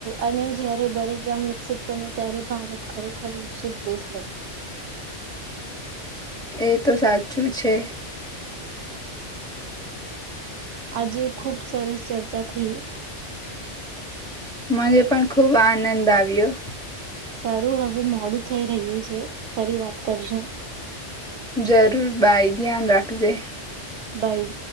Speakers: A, on the right; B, in the centre.
A: અને જ્યારે દરેક ગામ વિકસિત બને ત્યારે ભારત ખરેખર વિકસિત દેશ બને.
B: એ તો સાચું છે.
A: આજે ખુબ સરસ ચર્ચા થી.
B: મને પણ ખુબ આનંદ આવ્યો.
A: સારું હવે મોડું થઈ રહ્યું છે. ફરી વાત કરીશું.
B: જરૂર બાય ધ્યાન રાખજે.
A: બાઈ